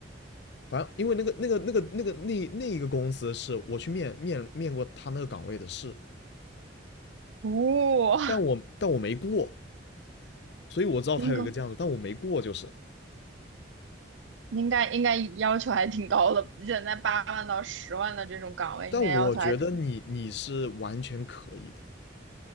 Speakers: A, on the left; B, on the right.
A: 反正因为那个那个那个那个那那一个公司是我去面面面过他那个岗位的试，
B: 哇、
A: 但我但我没过，所以我知道他有一个这样子，
B: <laughs> 应该
A: 但我没过就是。
B: 应该应该要求还挺高的，现在八万到十万的这种岗位应该要求还挺。
A: 但我觉得你你是完全可以的，